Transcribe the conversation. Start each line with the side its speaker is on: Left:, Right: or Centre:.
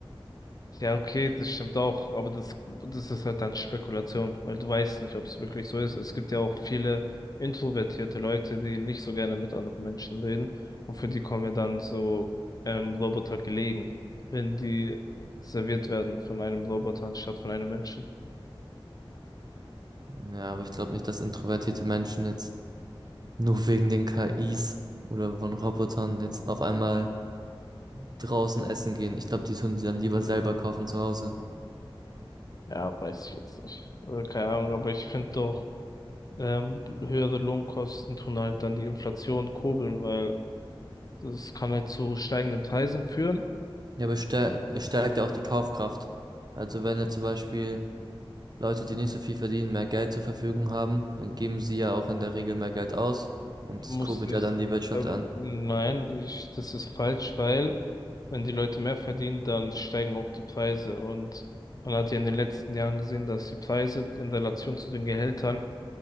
Left: Ja, okay, das stimmt auch, aber das, das ist halt dann Spekulation, weil du weißt nicht, ob es wirklich so ist. Es gibt ja auch viele introvertierte Leute, die nicht so gerne mit anderen Menschen reden und für die kommen ja dann so ähm, Roboter gelegen, wenn die serviert werden von einem Roboter anstatt von einem Menschen.
Right: Ja, aber ich glaube nicht, dass introvertierte Menschen jetzt nur wegen den KIs oder von Robotern jetzt auf einmal draußen essen gehen. Ich glaube, die tun sie dann lieber selber kochen zu Hause.
Left: Ja, weiß ich jetzt nicht. Also keine Ahnung, aber ich finde doch, ähm, höhere Lohnkosten tun halt dann die Inflation kurbeln, weil das kann halt zu steigenden Preisen führen.
Right: Ja, aber es stärkt, es stärkt ja auch die Kaufkraft. Also wenn ja zum Beispiel Leute, die nicht so viel verdienen, mehr Geld zur Verfügung haben, dann geben sie ja auch in der Regel mehr Geld aus und
Left: Muss
Right: das kurbelt
Left: nicht.
Right: ja dann die Wirtschaft
Left: Ähm,
Right: an.
Left: nein, ich, das ist falsch, weil wenn die Leute mehr verdienen, dann steigen auch die Preise. Und man hat ja in den letzten Jahren gesehen, dass die Preise in Relation zu den Gehältern